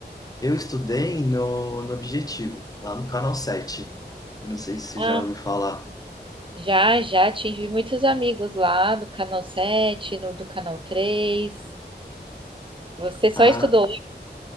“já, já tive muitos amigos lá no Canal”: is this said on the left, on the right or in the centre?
Right